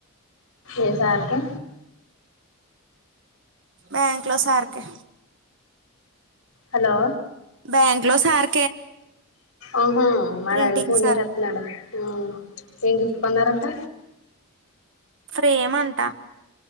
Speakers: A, on the left; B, on the right.
A: ఏసార్కి
B: బ్యాంక్ లో సార్కి
A: హలో
B: బ్యాంక్లో సార్
A: ఆహా మరి
B: ప్రింటింగ్
A: ఆడు ఫోన్
B: సార్
A: చేసేత్తన్నాడు. ఆ ఎందు కొన్నారంట.
B: ఫ్రేమంట